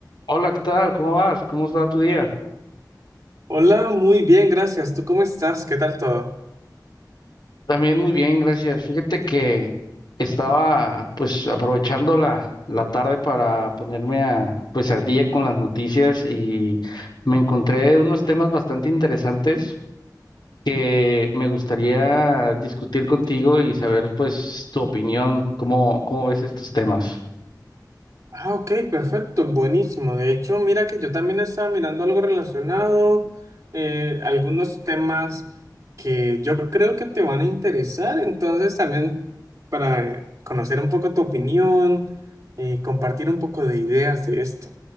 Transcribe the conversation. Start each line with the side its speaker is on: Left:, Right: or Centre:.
Left: Hola, ¿qué tal? ¿Cómo vas? ¿Cómo está tu día?
Right: Hola, muy bien, gracias. ¿Tú cómo estás? ¿Qué tal todo?
Left: También muy bien, gracias. Fíjate que estaba pues aprovechando la, la tarde para ponerme a pues al día con las noticias y me encontré unos temas bastante interesantes. Eh, me gustaría discutir contigo y saber pues tu opinión, cómo, cómo ves estos temas.
Right: Ah, ok, perfecto, buenísimo. De hecho, mira que yo también estaba mirando algo relacionado, eh, algunos temas que yo creo que te van a interesar. Entonces, también para conocer un poco tu opinión, eh, compartir un poco de ideas de esto.